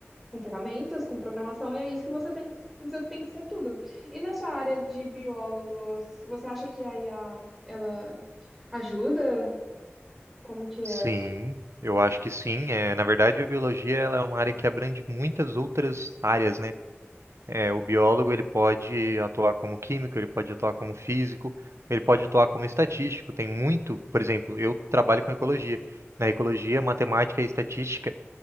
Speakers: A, in the centre; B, on the right.
A: com ferramentas, com programação, e é isso que você tem que, você tem que ser tudo. E na sua área de biólogos, você acha que a IA, ela ajuda? Como que é?
B: Sim, eu acho que sim. É, na verdade, a biologia ela é uma área que abrange muitas outras áreas, né? É, o biólogo ele pode atuar como químico, ele pode atuar como físico, ele pode atuar como estatístico. Tem muito, por exemplo, eu trabalho com ecologia. Na ecologia, matemática e estatística